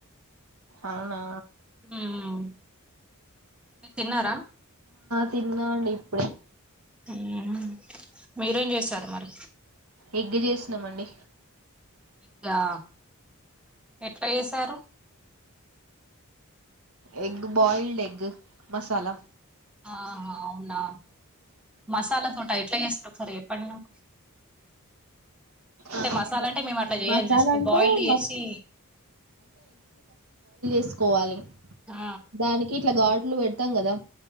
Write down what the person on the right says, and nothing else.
అవునా
తిన్నఅండి ఇప్పుడే
ఎగ్ చేస్తున్నామండి
ఎగ్ బాయిల్డ్ ఎగ్ మసాలా
ఆ,
బ-
మసాలా
అంటే
మ తీసుకోవాలి
దానికి ఇట్లా గాడు నువ్ పెట్టం కదా